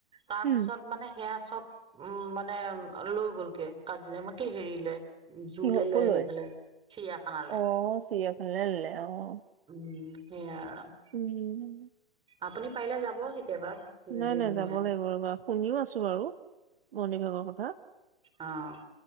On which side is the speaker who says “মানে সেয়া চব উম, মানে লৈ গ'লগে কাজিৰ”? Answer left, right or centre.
Right